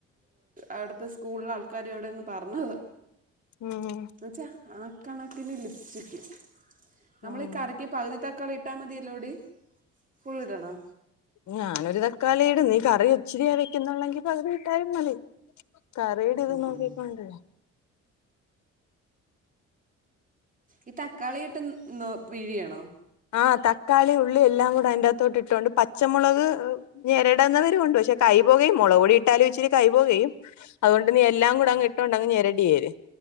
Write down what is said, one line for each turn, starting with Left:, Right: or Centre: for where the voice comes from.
Right: അവിടത്തെ സ്കൂളില ആൾക്കാര് അവടെന്ന് പറഞ്ഞത്
Left: ഉം
Right: ച ആ കണക്കിന് ലിപ്സ്റ്ക് നമ്മളീ
Left: ഉം
Right: കറി പകുതി തക്കാളി ഇട്ടാൽ മതിയല്ലോടി ഫുൾ ഇടണോ
Left: ഞാനൊരു തക്കാളി ഇട നീ കറി ഇച്ചിരിയാ വെക്കുന്നുള്ളെങ്കി പകുതി ഇട്ടാലും മതി കറീട് ഇത്
Right: ഉം
Left: നോക്കിക്കൊണ്ടേ
Right: ഉം ഈ തക്കാളിോട്ട് പിഴിയണോ
Left: ആഹ് തക്കാളി ഉള്ളി എല്ലാം കൂടെ അത്തിന്റെ അത്തോട്ട് ഇട്ടൊണ്ട് പച്ചമുളക് ഇടാവുന്നവരുംണ്ട് പക്ഷെ കൈ പൊ കയും മോളാകെ പൊടി ഇട്ടാലും ഇച്ചിരി കൈ പോകുകയും അതോണ്ട് നീ എല്ലാം കൂടങ്ങ് ഇട്ടോണ്ട് അങ്ങ് ന്നെരടിയേര്